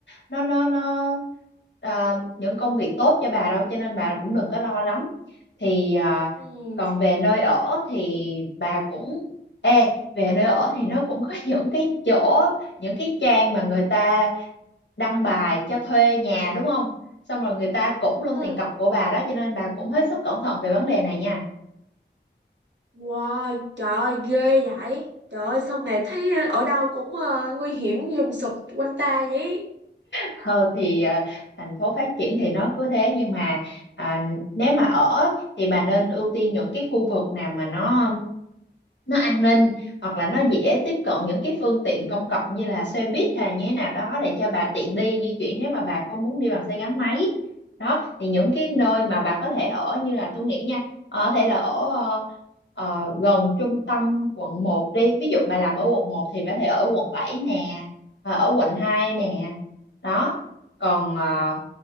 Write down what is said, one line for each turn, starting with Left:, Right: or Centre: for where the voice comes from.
Left: nó nó nó ờ, những công việc tốt cho bà đâu cho nên bà cũng đừng có lo lắm thì ờ,
Right: ừ.
Left: còn về nơi ở thì bà cũng ê về nơi ở thì nó cũng có <laughs> những cái chỗ những cái trang mà người ta đăng bài cho thuê nhà đúng không xong rồi người ta cũng luôn
Right: Ừ.
Left: tiền cọc của bà đó cho nên bà cũng hết sức cẩn thận về vấn đề này nha
Right: Wow, trời ơi, ghê vậy. Trời ơi, sao mẹ thấy ở đâu cũng ờ, nguy hiểm lùng sụp quanh ta vậy?
Left: ờ thì ờ, thành phố phát triển thì nó cứ thế nhưng mà à, nếu mà ở thì bà nên ưu tiên những cái khu vực nào mà nó nó an ninh hoặc là nó dễ tiếp cận những cái phương tiện công cộng như là xe buýt hay như thế nào đó để cho bà tiện đi di chuyển nếu mà bà không muốn đi bằng xe gắn máy đó thì những cái nơi
Right: Ừ,
Left: mà bà có thể ở như là tôi nghĩ nha ờ, có thể là ở ờ, ờ, gần trung tâm quận một đi ví dụ bà làm ở quận một thì bà có thể ở quận 7 nè ờ, ở quận 2 nè đó còn ờ,